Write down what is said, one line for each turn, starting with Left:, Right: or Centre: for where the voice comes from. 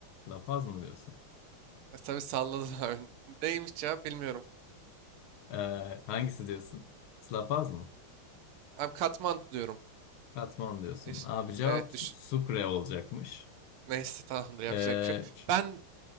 Left: La Paz mı diyorsun?
Right: E, tabii salladı daha ön- <laughs> Neymiş cevap bilmiyorum.
Left: Ee, hangisi diyorsun? La Paz mı?
Right: Abi Katmandu diyorum.
Left: Katmandu diyorsun.
Right: Eş-
Left: Abi cevap
Right: Evet düş.
Left: Sucre olacakmış.
Right: <laughs> Neyse tamamdır yapacak
Left: Ee,
Right: bir şey. yok. Ben